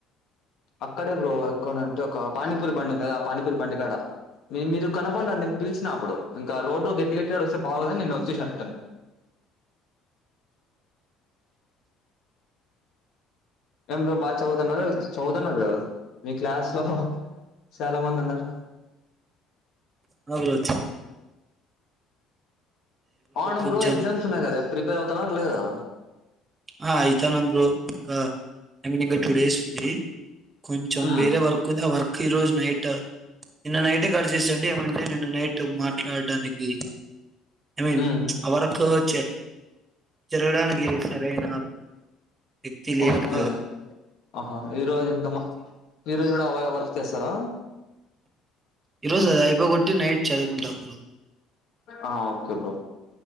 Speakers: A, on the left (about 60°); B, on the right (about 30°).
A: అక్కడే బ్రో ఎక్కడంటే ఒక పానీపూరి బండి ఉంది కదా ఆ పానీపూరి బండి కాడ మీ మీరు కనపడినారు నేను పిలిచినా అప్పుడు ఇంకా రోడ్డులో గట్టి గట్టిగా అడుస్సే బాగోదని నేను వచ్చేసినా రిటర్న్. ఎంతో బాగా చదువుతున్నారు చదువుతున్నారు కదా మీ క్లాస్ లో చాలా మంది ఉన్నారు
B: నలుగురు
A: అ అవును
B: కొంచెం
A: బ్రో ఎగ్జామ్స్ ఉన్నాయి కదా ప్రిపేర్ అవుతున్నారా లేదా
B: ఆ అయితనం బ్రో ఇంకా ఐ మీన్ ఇంకా టూ డేస్ కొంచెం
A: హ్మ్
B: వేరే వర్క్ ఉంది వర్క్ ఈరోజు నైట్ నిన్న నైట్ కట్ చేస్తుంటే ఏమంటే నిన్న నైట్ మాట్లాడడానికి ఐ మీన్
A: హ్మ్
B: అరక వచ్చే జరగడానికి వీల్లేదు సరేనా ఇక్తిలే
A: ఓకే
B: లేఖా
A: ఆహా ఈ రోజు ఇంత ఈరోోజు కూడా అవ వర్క్ చేస్తారా
B: ఈరోజు ఆది అయిపోగోట్టి నైట్ చదువుకుంటావు
A: ఆ ఓకే బ్రో